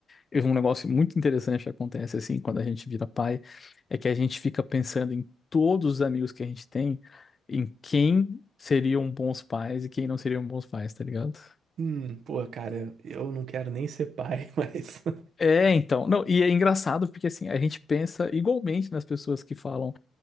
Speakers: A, on the left (about 30°); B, on the right (about 65°).
A: é um negócio muito interessante que acontece assim, quando a gente vira pai, é que a gente fica pensando em todos os amigos que a gente tem, em quem seriam bons pais e quem não seriam bons pais, tá ligado?
B: Hum, pô, cara, eu não quero nem ser pai, <laughs> mas.
A: É, então. Não, e é engraçado porque assim, a gente pensa igualmente nas pessoas que falam